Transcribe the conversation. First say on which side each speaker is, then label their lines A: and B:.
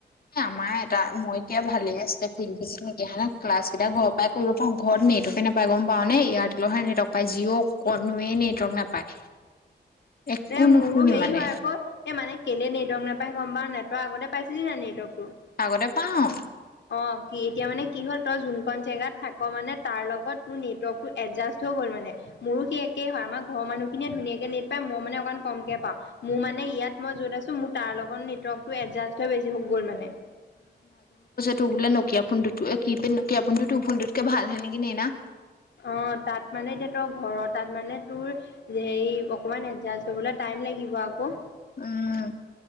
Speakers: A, on the left; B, on the left.
A: এ আমাৰ এটা মই এতিয়া ভালে আছিল ফিল্ডে ক্লাছ কেইটা ঘৰৰ পৰাই কৰিব পাৰো। ঘৰত নে নেকে নাপায় গম পাও নে এয়াৰটেলৰহে নেটৱৰ্ক পায় জিঅ' কে নেটৱৰ্ক নাপায়। একো
B: এ
A: নুশুনি
B: মোৰো হেৰি
A: মানে
B: হয় আকৌ এ মানে কেলে নেটৱৰ্ক নোপায় গম পাৱ নে নাই তই আগতে পাইছি নেটৱৰ্কটো?
A: আগতে পাও
B: অ কি এতিয়া মানে কি হ'ল তই যোনকণ জেগাত থাক মানে তাৰ লগত তোৰ নেটৱৰ্ক টো এডজাষ্ট হৈ গ'ল মানে। মোৰো সি একে হয় আমাৰ ঘৰৰ মানুহ খিনিয়ে ধুনীয়াকে নেট পায় মই মানে অকণ কমকে পাও। মোৰ মানে ইয়াত মই য'ত আছো মোৰ তাৰ লগত নেটৱৰ্টো এডজাষ্ট হৈ বেছি গ'ল মানে।
A: টোৰ বোলে নকীয়া ফোনুত কি নকিয় ফোনডু টো ফোনটোতকে ভাল হয় নেকি নেইনা।
B: অ তাত মানে এতিয়া ত ঘৰৰ তাত মানে তোৰ হেৰি অকমান এতজাষ্ট হবলৈ টাই ম লাগিব আকৌ।
A: উম